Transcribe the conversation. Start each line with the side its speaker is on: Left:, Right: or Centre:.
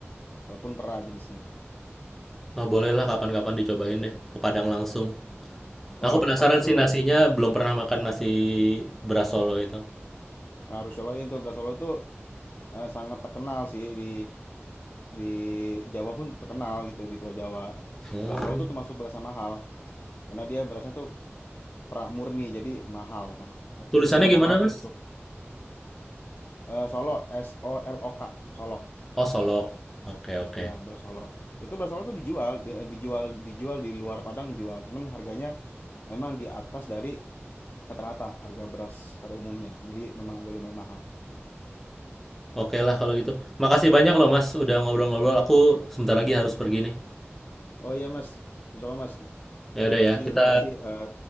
Left: Walaupun perak jenisnya.
Centre: Nah, bolehlah kapan-kapan dicobain deh ke Padang langsung.
Left: Wow,
Centre: Aku penasaran
Left: harus tuh.
Centre: sih nasinya belum pernah makan nasi beras Solo itu.
Left: Harus cobain tuh beras Solo tuh eh, sangat terkenal sih di di Jawa pun terkenal gitu di Pulau Jawa.
Centre: Oh,
Left: Beras Solo tuh termasuk beras yang mahal karena dia berasnya tuh pramurni jadi mahal, mahal
Centre: tulisannya
Left: lumayan
Centre: gimana,
Left: mahal sa-
Centre: Mas?
Left: untuk eh, Solo S O L O K Solok.
Centre: Oh, Solok. Oke, oke.
Left: Ya, beras Solo. Itu beras Solo tuh dijual di- eh, dijual dijual di luar Padang jual, cuman harganya memang di atas dari rata-rata harga beras pada umumnya. Jadi memang agak lumayan mahal.
Centre: Oke lah kalau gitu. Makasih banyak loh, Mas, udah ngobrol-ngobrol. Aku sebentar lagi harus pergi nih.
Left: Oh iya Mas, sama-sama Mas.
Centre: Ya udah ya,
Left: Saya juga
Centre: kita
Left: terima kasih, eee,